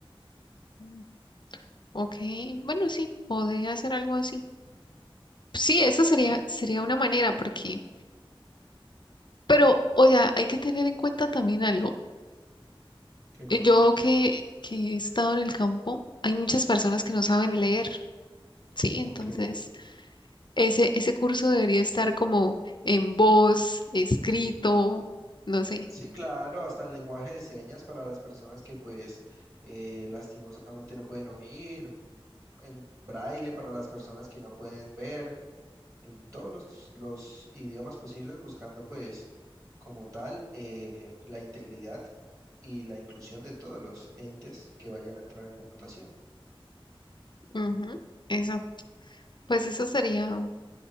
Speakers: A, on the left; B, on the right.
A: Mm, Ok, bueno, sí, podría hacer algo así. Sí, eso sería,
B: Sí.
A: sería una manera, porque, pero, o sea, hay que tener en cuenta también algo.
B: ¿Qué cosa?
A: Eh, Yo que, que he estado en el campo, hay muchas personas que no saben leer, ¿sí? Entonces,
B: Ok.
A: ese, ese curso debería estar como en voz, escrito, no sé.
B: Sí, claro, hasta el lenguaje de señas para las personas que pues eh, lastimosamente no pueden oír, en braille para las personas que no pueden ver, en todos los, los idiomas posibles, buscando pues como tal eh, la integridad y la inclusión de todos los entes que vayan a entrar en votación.
A: Ujú, Eso, pues eso sería,